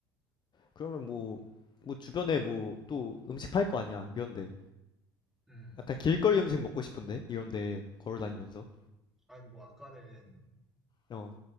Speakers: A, on the left; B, in the centre.
A: 그러면 뭐, 뭐 주변에 뭐 또 음식 팔 거 아니야, 이런데.
B: 음,
A: 약간 길거리
B: 그지?
A: 음식 먹고 싶은데, 이런데 걸어 다니면서.
B: 아니 뭐 아까는
A: 어,